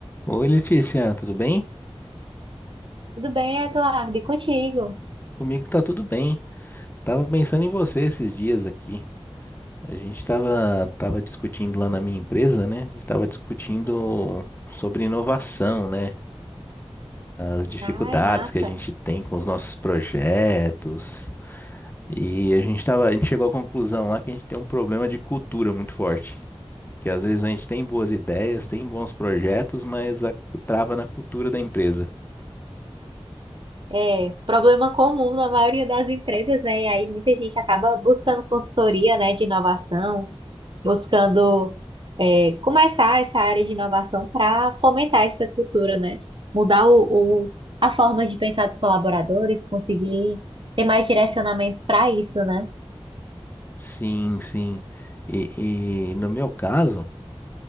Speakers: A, on the left; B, on the right.
A: Oi, Letícia, tudo bem?
B: Tudo bem, Eduardo? E contigo?
A: Comigo tá tudo bem. Tava pensando em você esses dias aqui. A gente tava, tava discutindo lá na minha empresa, né? A gente tava discutindo sobre inovação, né? As dificuldades
B: Ai, massa.
A: que a gente tem com os nossos projetos. E a gente tava, a gente chegou à conclusão lá que a gente tem um problema de cultura muito forte. Que às vezes a gente tem boas ideias, tem bons projetos, mas a- trava na cultura da empresa.
B: É problema comum na maioria das empresas, né? E aí muita gente acaba buscando consultoria, né, de inovação, buscando é, começar essa área de inovação para fomentar essa cultura, né? Mudar o, o- a forma de pensar dos colaboradores, conseguir ter mais direcionamento para isso, né?
A: Sim, sim. e e no meu caso.